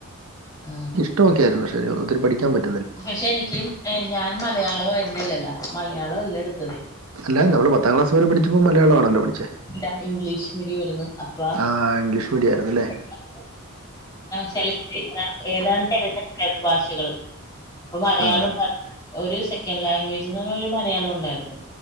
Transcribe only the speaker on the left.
ആഹ
പക്ഷെ എനിക്കും ഞാൻ മലയാളം വരുന്നില്ലല്ലോ മലയാള അല്ല ടുത്തത്
ഇല്ല ഇംഗ്ലീഷ് മീഡിയം ആയിരുന്നു അപ്പ
<unintelligible> സെലകട് ഏതാണ് തിരഞ്ഞെടുക്കായിരുന്നു ഭാഷകള് അപ്പ മലയാളം
ഉണ്ടായിരുന്ന് ഒരു സെക്കൻഡ് ലാംഗ്വേജ് എന്ന് പറഞ് ഒരു മലയാളം ഉണ്ടായിരുന്നു